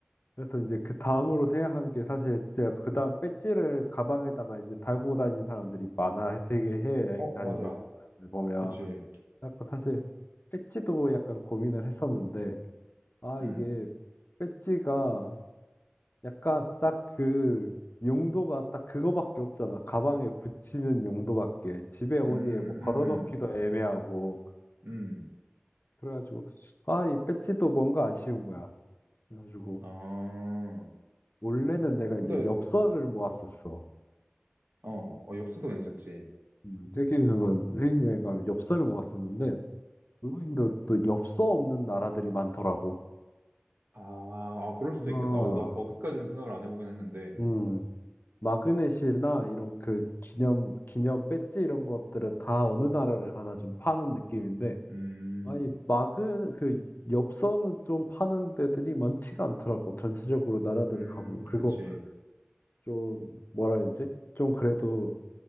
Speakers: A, on the left; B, on the right.
A: 그래서 이제 그 다음으로 생각한 게 사실 제가 그 다음 배지를 가방에다가 이제 달고 다니는 사람들이 많아 세계 해외여행
B: 어,
A: 다니는
B: 맞아.
A: 사람들 보면
B: 그치.
A: 그래서 사실 배지도 약간 고민을 했었는데 아
B: 음,
A: 이게 배지가 약간 딱 그 용도가 딱 그거밖에 없잖아 가방에 붙이는 용도밖에 집에 어디에
B: 음,
A: 뭐 걸어놓기도
B: 음,
A: 애매하고
B: 음, 음.
A: 그래가지고 아 이 배지도 뭔가 아쉬운 거야 그래가지고
B: 아,
A: 원래는 내가
B: 근데
A: 이제 엽서를 모았었어
B: 어, 어, 엽서도 괜찮지.
A: 음, 세계여행은, 세계여행가 엽서를 모았었는데, 의외로 또 엽서 없는 나라들이 많더라고.
B: 아, 아, 그럴 수도
A: 아,
B: 있겠다. 어, 나 거기까지는 생각을 안 해보긴 했는데.
A: 음, 마그넷이나 이런 그 기념, 기념 배지 이런 것들은 다 어느 나라를 가나 좀 파는 느낌인데,
B: 음,
A: 아이 마그, 그 엽서는 좀 파는 데들이 많지가 않더라고. 전체적으로 나라들을
B: 음,
A: 가보면. 그리고
B: 그치.
A: 좀, 뭐라 해야 되지? 좀 그래도